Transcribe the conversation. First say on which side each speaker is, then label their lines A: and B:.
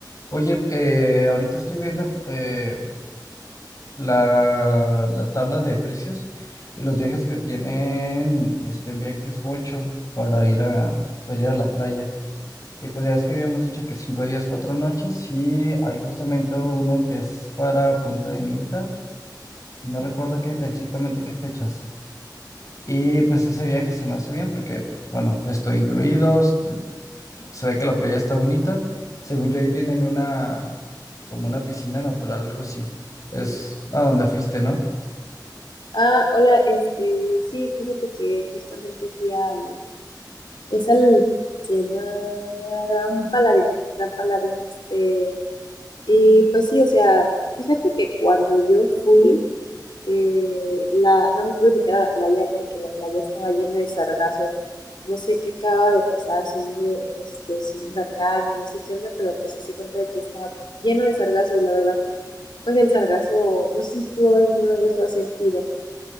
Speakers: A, on the left; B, on the left.
A: Oye, eh, ahorita estoy viendo eh, la, la tabla de precios y los viajes que tienen este, en viajes Bocho para ir a, para ir a la playa. Y pues ya es que habíamos dicho que cinco días, cuatro noches y hay justamente uno que es para Punta de Milta. No recuerdo qué, exactamente qué fechas. Y pues ese viaje se me hace bien porque, bueno, estoy incluidos, Se ve que la playa está bonita. Según yo, ahí tienen una, como una piscina natural, algo así. Es a donde fuiste, ¿no?
B: Ah, hola, este, sí, fíjate que justamente fui al, es al, se llama Gran Palladium, Gran Palladium, este, y pues sí, o sea, fíjate que cuando yo fui, eh, la, no me pude meter a la playa porque la playa estaba llena de sargazo, no sé qué acaba de pasar, si un, este, si un huracán o no sé qué onda, pero pues se hace cuenta de que estaba lleno de sargazo y la verdad, pues el sargazo, no sé si tú alguna vez lo has sentido.